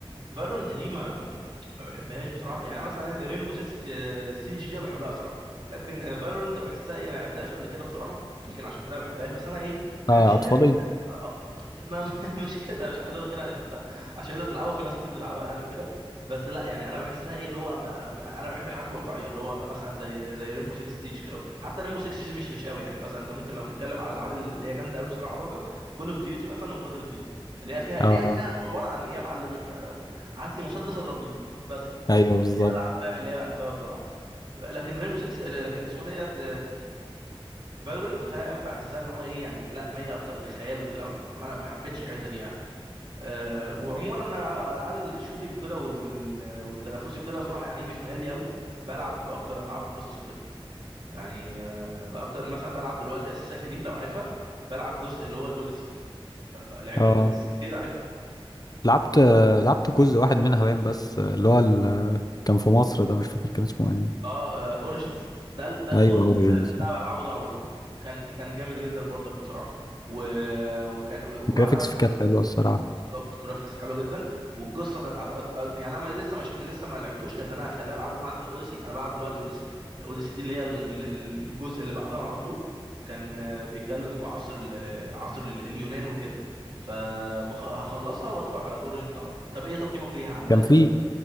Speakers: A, on the right (about 55°); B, on the left (about 40°).
A: فالورنت دي ما ما ما بحبهاش بصراحه يعني مثلا ريمبو 6 سيج دي انا بحبها بصراحه لكن فالورنت بحسها ايه ما لعبتهاش قبل كده بصراحه يمكن عشان كده ما بحبهاش بس انا ايه ما بحبش
B: آه
A: اللي
B: أطفالي
A: هي الحاجات اللي بتبقى أب- ما <laughs> مش كده مش عايز اقول كده عشان انت عشان انت تلعبها وفي ناس كتير بتلعبها يعني وكده بس لا يعني انا بحسها ايه اللي هو ما... ما... انا بحب الحاجات الواقعيه اللي هو مثلا زي زي ريمبو 6 سيج كده حتى ريمبو 6 سيج مش مش قوي يعني مثلا انت ممكن لو نتكلم على الالعاب اللي هي جامده قوي بصراحه برضك كول اوف ديوتي مثلا وباتل فيلد اللي هي فيها اللي
B: اه
A: هي فيها عباره عن ايه يا معلم آه، هات لي مسدس اضرب بيه بس <laughs>
B: أيوه
A: هي
B: بالظبط
A: دي الالعاب فاهم اللي هي بحبها بصراحه لكن رينبو 6 لكن اسمه ديت فالورنت فاهم بحسها ان هو ايه يعني لا مايله اكتر للخيال وكده انا ما حبيتش الحته دي يعني أه وعموما انا العاب الشوتينج كده وال- وال- والتنافسي وكده بصراحه يعني ايه مش ميال لي قوي بلعب اكتر العاب القصص وكده يعني أه اكتر مثلا بلعب دلوقتي اساسن كريد لو عارفها بلعب جزء اللي هو الاوديسي ف- فلعبت
B: اه
A: قبل كده اساسن كريد
B: لعبت لعبت جزء واحد منها باين بس اللي هو ال... كان في مصر ده مش فاكر كان اسمه ايه
A: اه اوريجنز ده ال- ده الجزء
B: ايوه اوريجينز
A: اللي قبل اللي
B: ده
A: انا بلعبه ده على طول كان كان جامد جدا برضك بصراحه و... وكان و-
B: الجرافيكس
A: وانا ما لعبت
B: فيه كانت حلوه الصراحه
A: بالظبط جرافيكس حلوه جدا والقصه كانت أعت- يعني انا ما- لسه ما شو... لسه ما لعبتوش لان انا هخليها العبه بعد اوديسي انا بلعب دلوقتي اوديسي الاوديسي دي اللي هي ال- ال- الجزء اللي بعدها على طول كان آه، بيتكلم في عصر ال... عصر ال- اليونان وكده فهخلصها وادخل على اوريجنز على طول طب ايه تقييمك ليها عجبتك
B: كان في
A: ولا لا